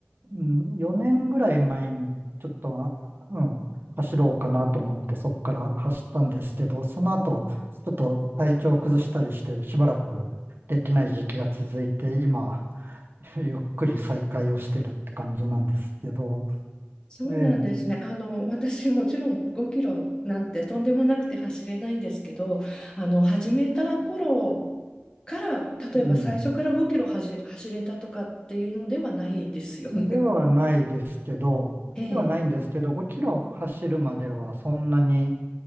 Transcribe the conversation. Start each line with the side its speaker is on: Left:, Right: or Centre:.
Right: うん、4年ぐらい前にちょっと、うん、走ろうかなと思ってそこから走ったんですけど、その後、ちょっと体調を崩したりしてしばらくできない時期が続いて、今、<laughs> ゆっくり再開をしてるって感じなんですけど、
Left: そうなんですね。
Right: ええ、
Left: あの、私もちろん5キロなんてとんでもなくて走れないんですけど、あの、始めた頃から、例えば最初から5キロ走、
Right: うん。
Left: 走れたとかっていうのではないですよね。
Right: ではないですけど、
Left: <laughs> ええ、
Right: ではないんですけど、5キロ走るまではそんなに、